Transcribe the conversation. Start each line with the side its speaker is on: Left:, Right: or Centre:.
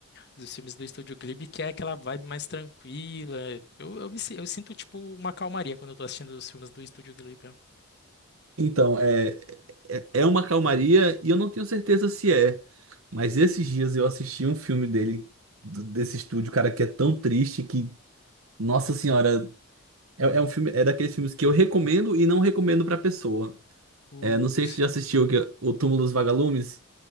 Left: dos filmes do Estúdio Ghibli, que é aquela vibe mais tranquila. Eu, eu, me, si- eu sinto, tipo, uma calmaria quando eu tô assistindo os filmes do Estúdio Ghibli, ó.
Right: Então, é, é é uma calmaria e eu não tenho certeza se é. Mas esses dias eu assisti um filme dele, d- desse estúdio, cara, que é tão triste que, nossa senhora, é, é um filme, é daqueles filmes que eu recomendo e não recomendo pra pessoa.
Left: Poxa.
Right: É, não sei se você já assistiu que- é O Túmulo dos Vagalumes.